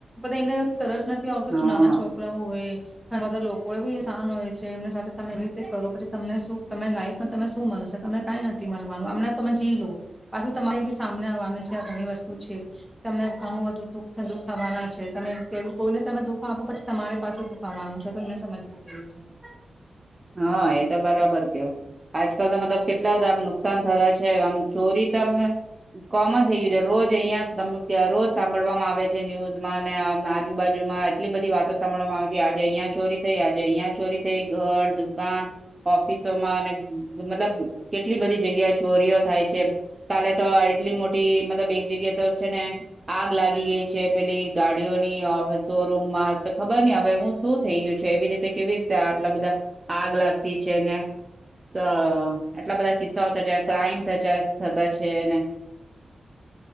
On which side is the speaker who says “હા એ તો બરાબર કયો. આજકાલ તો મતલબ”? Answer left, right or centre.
Right